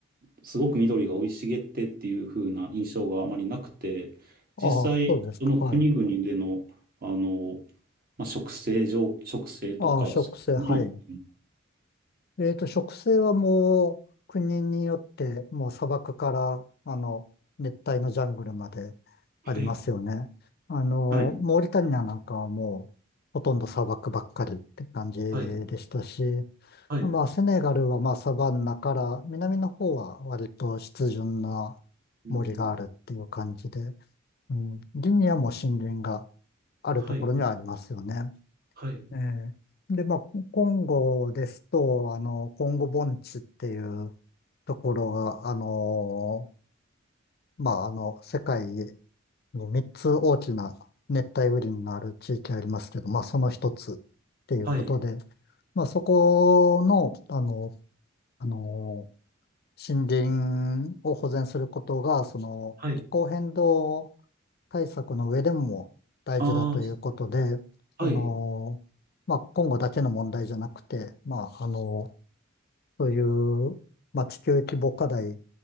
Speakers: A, on the right (about 45°); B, on the left (about 50°).
A: すごく緑が生い茂ってっていう風な印象があまりなくて、
B: ああ、
A: 実際、
B: そうですか、
A: その国々での、
B: はい。
A: あの、まあ、植生、上、植生とか、
B: ああ、植生、
A: そういうもの、
B: はい。えっと、植生はもう、国によって、もう砂漠から、あの、熱帯のジャングルまでありますよね。
A: はい
B: あの、
A: はい、
B: モーリタニアなんかはもう、ほとんど砂漠ばっかりって感じでしたし、
A: はい、はい、
B: まあ、セネガルはまあ、サバンナから、南の方は割と湿潤な森があるっていう感じで、
A: うん、
B: うん、林にはもう森林があるところにはありますよね。
A: はい、はい、
B: ええで、まあ、コンゴですと、あの、コンゴ盆地っていうところが、
A: うん
B: あの、まあ、あの、世界に3つ大きな熱帯雨林がある地域ありますけど、まあ、その一つっていうことで、
A: はい、
B: まあ、そこの、あの、あの、森林を保全することが、その、
A: はい、
B: 気候変動対策の上でも大事だということで、
A: ああ、
B: その、
A: はい、
B: まあ、今後だけの問題じゃなくて、まあ、あの、そういう、まあ、地球規模課題